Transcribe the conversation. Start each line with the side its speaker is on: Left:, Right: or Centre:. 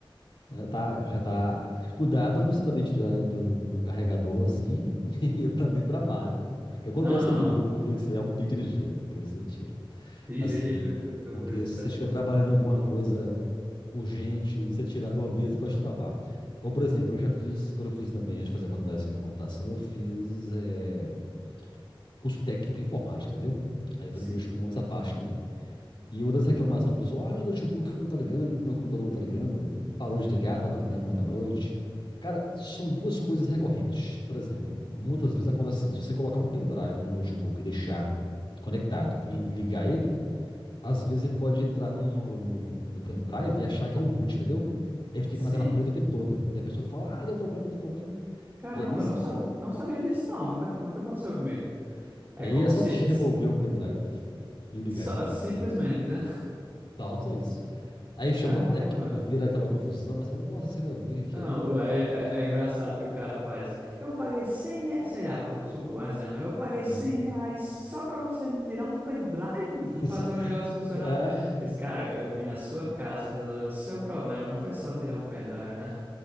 Left: Já tá, já tá. Cuidado pra você também tirar ele do, do carregador assim <laughs> e ele também travar, viu? Que acontece
Right: Não, não,
Left: também,
Right: não.
Left: viu? Que eu falei que você é um pico de energia, depois você tira.
Right: Tirei
Left: Assim,
Right: ele do, co- do
Left: porque
Right: coisa que
Left: se
Right: tá
Left: você
Right: de
Left: estiver
Right: boa.
Left: trabalhando em alguma coisa urgente e você tirar de uma vez, você pode travar. Ou, por exemplo, eu já fiz, quando eu fiz também, antes de fazer a faculdade de ciência da computação, eu fiz eh, curso técnico em informática, entendeu? Aí eu
Right: Sim,
Left: também mexo com essa parte também. E uma das reclamações do pessoal, ah, meu notebook não tá ligando, meu computador não tá ligando, parou de ligar, tava ligando ontem à noite. Cara, são duas coisas recorrentes. Por exemplo, muitas vezes acontece assim, se você colocar um pendrive no notebook e deixar conectado e ligar ele, às vezes ele pode entrar no, no, no- no pendrive e achar que é um boot, entendeu? Ele fica
Right: sim.
Left: na tela preta o tempo todo. E a pessoa fala, ah, deu problema, deu problema.
Right: Caramba,
Left: E é bem simples.
Right: não, sa- não sabia disso, não. Nunca, nunca aconteceu comigo. É
Left: Aí
Right: como
Left: é só
Right: se.
Left: te <laughs> remover o pendrive e ligar
Right: Só-
Left: de novo,
Right: simplesmente,
Left: né?
Right: né? <laughs>
Left: tal só isso. Aí chama
Right: Caramba.
Left: o técnico, vira aquela confusão. aí Você vai, nossa, você vai ver o que
Right: Não,
Left: que é.
Right: é, é, é engraçado que o cara faz. Eu paguei 100 reais, sei lá, vou supor um exemplo, né? Eu paguei cem
Left: Aham.
Right: reais só pra você me tirar um pendrive
Left: <laughs>
Right: e fazer o negócio funcionar.
Left: É,
Right: Mas, cara, eu vim na sua casa resolver o seu problema, não foi só tirar um pendrive, né?